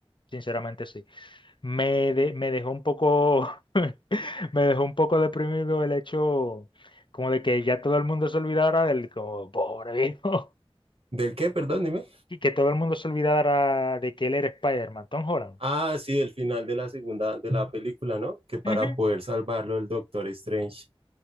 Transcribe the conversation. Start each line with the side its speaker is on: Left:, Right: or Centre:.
Left: Sinceramente sí. Me, de- me dejó un poco... <laughs> me dejó un poco deprimido el hecho como de que ya todo el mundo se olvidara del... Como, pobre viejo. <laughs>
Right: ¿Del qué? Perdón, dime.
Left: Y que todo el mundo se olvidara de que él era Spider-Man, Tom Holland.
Right: Ah, sí, el final de la segunda, de la película, ¿no? Que para
Left: Ujú.
Right: poder salvarlo el Doctor Strange.